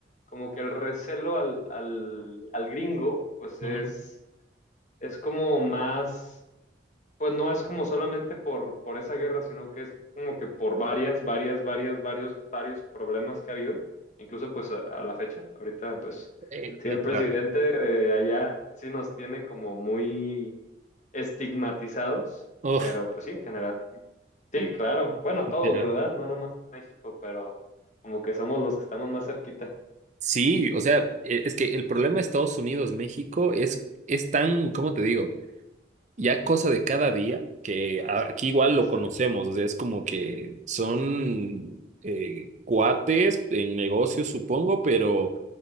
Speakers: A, on the left; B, on the right.
A: como que el recelo al, al, al gringo, pues
B: Mm,
A: es, es como más Pues no es como solamente por, por esa guerra, sino que es como que por varias, varias, varias, varios, varios problemas que ha habido, incluso pues a, a la fecha. Ahorita pues
B: eh,
A: sí,
B: literal.
A: el presidente de allá sí nos tiene como muy estigmatizados,
B: Uf,
A: pero pues sí, en general. Sí, claro. Bueno,
B: literal.
A: todos, ¿verdad? No nomás México, pero como que somos los que estamos más cerquita.
B: Sí, o sea, e- es que el problema de Estados Unidos-México es, es tan, ¿cómo te digo? Ya cosa de cada día, que a- aquí igual lo
A: Exa-
B: conocemos, o sea, es como que son eh, cuates en negocios, supongo, pero...